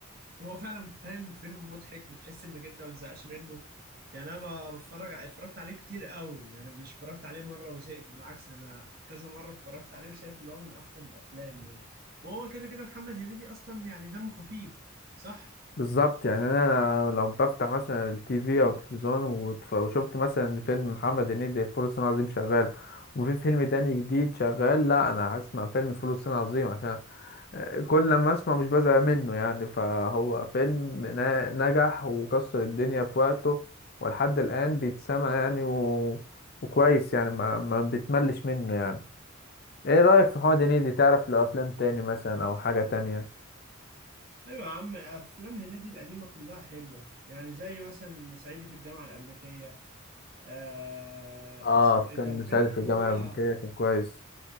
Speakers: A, on the right; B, on the left.
A: هو فعلا فاهم فيلم مضحك بتحس إنك أنت ما بتزهقش منه يعني أنا ب- بتفرج ع- اتفرجت عليه كتير قوي يعني مش اتفرجت عليه مرة وزهقت بالعكس ده أنا كذا مرة اتفرجت عليه وشايف إن هو من أحسن الأفلام يعني وهو كده كده محمد هنيدي أصلا يعني دمه خفيف صح؟
B: بالظبط يعني انا لو بفتح مثلا التي في او التلفزيون واتف- وشفت مثلا فيلم محمد هنيدي فول الصين العظيم شغال وفي فيلم تاني جديد شغال لا انا هسمع فيلم فول الصين العظيم عشان آه، كل لما اسمع مش بزهق منه يعني فهو فيلم نا- نجح وكسر الدنيا في وقته ولحد الان بيتسمع يعني و... وكويس يعني ما, ما بتملش منه يعني ايه رأيك في محمد هنيدي تعرف له افلام تاني مثلا او حاجة تانية
A: أيوة يا عم أفلام هنيدي القديمة كلها حلوة يعني زي مثلا صعيدي في الجامعة الأمريكية آه
B: اه
A: اسمه إيه
B: فيلم
A: ده الفيلم
B: سعيد في
A: اللي
B: الجامعة
A: هو
B: الأمريكية كان كويس